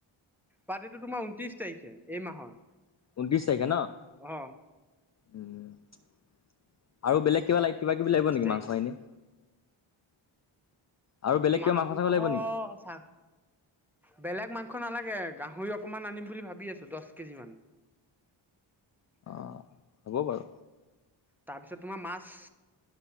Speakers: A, in the centre; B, on the left.
A: পাৰ্টীতো তোমাৰ ঊনত্ৰিশ তাৰিখে এই মাহৰ।
B: ঊনত্ৰিশ তাৰিখে ন',
A: অ
B: উ আৰু বেলেগ কিবা লাগ কিবা কিবি লাগিব
A: বিশ
B: নেকি
A: তাৰিখে
B: মাংস এনে আৰু বেলেগ কিবা
A: মাংস
B: চাংস লাগিব নেকি
A: চা বেলেগ মাংস নালাগে তাকে গাহৰি অকমান আনিম বুলি ভাবি আছো দহ কেজি মান।
B: অ', হ'ব বাৰু।
A: তাৰপিছত তোমাৰ মাছ,